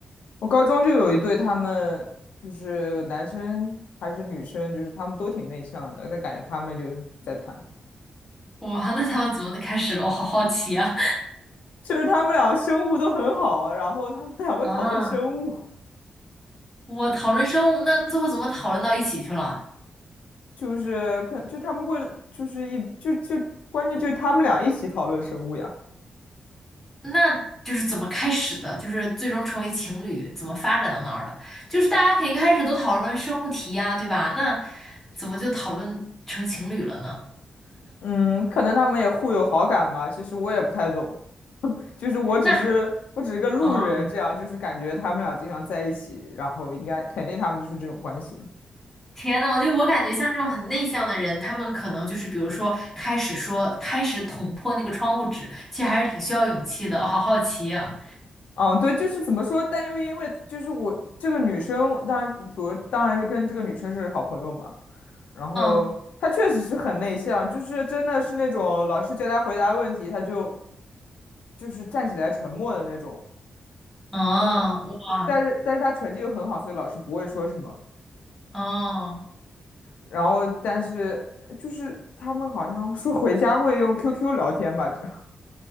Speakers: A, on the left; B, in the centre.
A: 我高中就有一对，他们就是男生还是女生，就是他们都挺内向的，但感觉他们就在谈，
B: 哇，那他们怎么开始了？我好好奇啊！
A: 就是他们俩生物都很好，然后他们俩会讨论生物，
B: <laughs> 啊，我讨论生物，那最后怎么讨论到一起去了？
A: 就是可就他们会就是一就就关键就是他们俩一起讨论生物呀，
B: 那就是怎么开始的，就是最终成为情侣，怎么发展到那儿的？就是大家肯定开始都讨论生物题呀，对吧？那怎么就讨论成情侣了呢？
A: 嗯，可能他们也互有好感吧，其实我也不太懂。就是我只是我只是个路人，
B: 那啊，
A: 这样就是感觉他们俩经常在一起，然后应该肯定他们就是这种关系了。
B: 天呐，我就我感觉像这种很内向的人，他们可能就是比如说开始说开始捅破那个窗户纸，其实还是挺需要勇气的。我好好奇啊，
A: 嗯，对，就是怎么说，但又因为就是我这个女生，当然比如当然是跟这个女生是好朋友嘛，然后她确实是很内向，
B: 嗯，
A: 就是真的是那种老师叫她回答问题，她就就是站起来沉默的那种。
B: 哦，
A: 嗯，
B: 哇，
A: 但是但是她成绩又很好，所以老师不会说什么。
B: 哦
A: 然后但是就是他们好像说回家会用 QQ 聊天吧，这样